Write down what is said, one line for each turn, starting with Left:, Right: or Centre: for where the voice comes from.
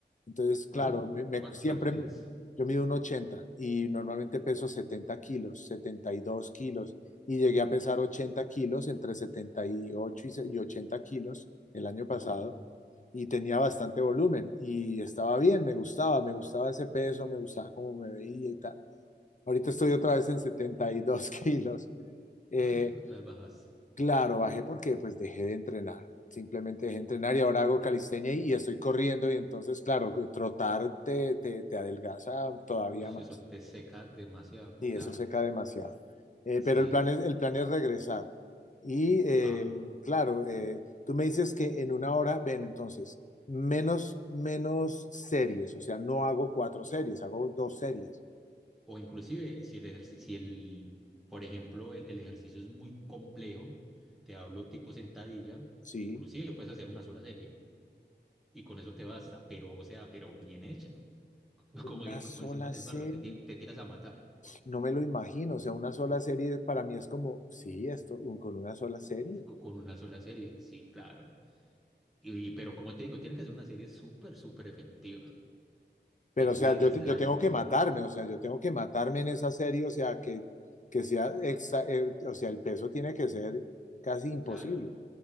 Left: Entonces, claro,
Centre: Ajá.
Left: me, me-
Centre: ¿Cuán-
Left: siempre,
Centre: ¿Cuánto, mides?
Left: yo mido un 80 y normalmente peso 70 kilos, 72 kilos, y llegué a pesar 80 kilos, entre setenta y, ocho y, se- y 80 kilos el año pasado,
Centre: Mm,
Left: y tenía bastante volumen y estaba bien, me gustaba, me gustaba ese peso, me gustaba cómo me veía y tal. Ahorita estoy otra vez en 72 <laughs> kilos. Eh,
Centre: <laughs> otra vez bajas.
Left: Claro, bajé porque pues dejé de entrenar. Simplemente dejé de entrenar y ahora hago calistenia y estoy corriendo y entonces, claro, que trotar te, te, te adelgaza todavía
Centre: Uf,
Left: más
Centre: eso te seca demasiado,
Left: y
Centre: claro.
Left: eso seca demasiado. Eh,
Centre: Sí,
Left: pero el plan es, el plan es regresar. Y eh,
Centre: ah,
Left: claro, eh, tú me dices que en una hora, ven, entonces, menos, menos series, o sea, no hago cuatro series, hago dos series.
Centre: o inclusive si el, ejerci- si el, por ejemplo, el, el ejercicio es muy complejo, te hablo tipo sentadilla,
Left: Sí,
Centre: inclusive puedes hacer una sola serie y con eso te basta, pero o sea, pero bien hecha, <laughs>
Left: una
Centre: como,
Left: sola
Centre: como decimos en
Left: serie.
Centre: el barrio, te, ti- te tiras a matar
Left: No me lo imagino, o sea, una sola serie para mí es como, sí, esto un- con una sola serie.
Centre: co- con una sola serie, sí, claro. Y, pero como te digo, tiene que ser una serie súper, súper efectiva,
Left: Pero,
Centre: que tú
Left: o sea,
Centre: digas,
Left: yo, te-
Centre: la
Left: yo
Centre: di
Left: tengo
Centre: toda,
Left: que matarme, o sea, yo tengo que matarme en esa serie, o sea, que, que sea, exa- eh, o sea, el peso tiene que ser casi imposible,
Centre: claro.